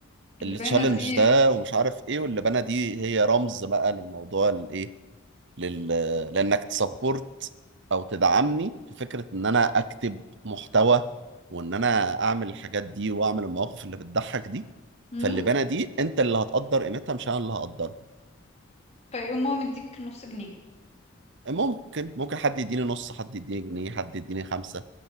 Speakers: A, on the left; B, on the right.
A: اللي
B: التشالنج
A: باينة دي
B: ده ومش عارف ايه واللبانه دي هي رمز بقى للموضوع الايه لل... لانك تسبورت او تدعمني في فكره ان انا اكتب محتوى وان انا اعمل الحاجات دي واعمل المواقف اللي بتضحك دي
A: امم
B: فاللبانه دي انت اللي هتقدر قيمتها مش انا اللي هقدرها
A: فيقوم هو مديك نص جنيه
B: ممكن ممكن حد يديني نص حد يديني جنيه حد يديني خمسه